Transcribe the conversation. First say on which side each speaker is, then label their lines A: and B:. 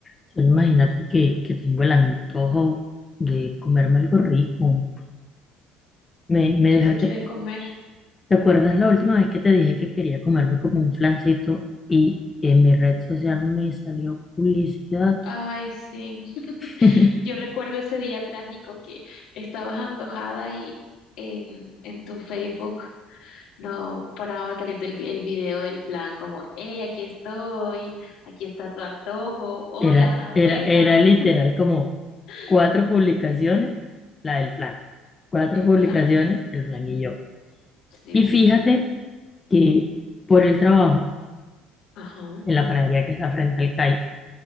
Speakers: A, on the left; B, on the left.
A: Solo imagínate que, que tengo el antojo de comerme algo rico. Me, me
B: ¿Qué
A: dejaste,
B: te quieres comer?
A: ¿te acuerdas la última vez que te dije que quería comerme como un flancito y en mi red social me salió publicidad?
B: Ay, sí.
A: <laughs>
B: Yo recuerdo ese día trágico que estabas antojada y en, en tu Facebook no paraba de salir del vi- el video del flan, como, hey, aquí estoy, aquí está tu antojo, hola,
A: Era, era,
B: buenas.
A: era literal como
B: <laughs>
A: cuatro publicaciones, la del flan. Cuatro
B: El
A: publicaciones,
B: flan,
A: el flan y yo.
B: sí.
A: Y fíjate que por el trabajo,
B: Ajá.
A: en la panadería que está frente al CAI,